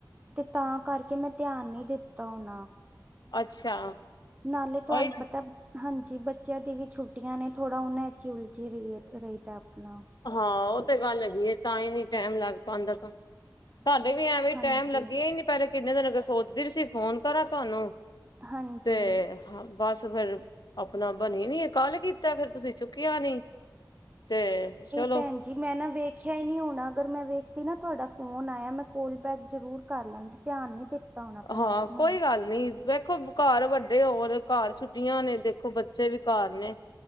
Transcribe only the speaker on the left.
ਅੱਛਾ।
ਉਹੀ
ਹਾਂ ਓ ਤੇ ਗੱਲ ਹੈਗੀ ਐ ਤਾਂ ਈ ਨੀ ਟੈਮ ਲੱਗ ਪਾਂਦਾ ਤਾਂ। ਸਾਡੇ ਵੀ ਐਵੇਂ
ਟੈਮ ਲੱਗੇਆ ਈ ਨੀ ਪੈਲੇ ਕਿੰਨੇ ਦਿਨ ਹੋਗੇ ਸੋਚਦੀ ਵੀ ਸੀ ਫੋਨ ਕਰਾਂ ਤੁਆਨੂੰ।
ਤੇ ਹਾਂ ਬਾਸ ਫੇਰ ਆਪਣਾ ਬਣੀ ਨੀ ਕੱਲ ਕੀਤਾ ਫੇਰ ਤੁਸੀਂ ਚੁੱਕਿਆ ਨੀ ਤੇ। ਚਲੋ
ਹਾਂ
ਕੋਈ ਗੱਲ ਨੀ ਵੇਖੋ ਘਰ ਵੱਡੇ ਹੋਰ ਘਰ ਛੁੱਟੀਆਂ ਨੇ ਦੇ ਦੇਖੋ ਬੱਚੇ ਵੀ ਘਰ ਨੇ